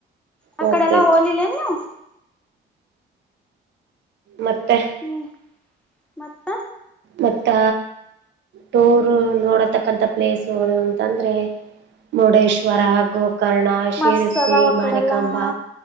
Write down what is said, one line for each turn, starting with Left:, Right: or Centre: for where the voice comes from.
Centre: ಆ
Right: ಹೋಗ್ಬೇಕು
Centre: ಕಡೆಲ್ಲ ಹೋಲಿಲ್ಲೇನ್ ನೀವು
Right: ಮತ್ತೆ
Centre: ಹ್ಮ್ ಮತ್ತ
Right: ಮತ್ತ ಟೂರ್ ನೋಡತಕ್ಕಂಥ ಪ್ಲೇಸ್ುಗಳು ಅಂತಂದ್ರೆ ಮುರುಡೇಶ್ವರ ಹಾಗು ಕರ್ಣ ಶಿರಸಿ
Centre: ಮಸ್ತ್ ಅದಾವ ಆ
Right: ಮಾರಿಕಂಬ
Centre: ಕಡೆಲ್ಲ ಹಾ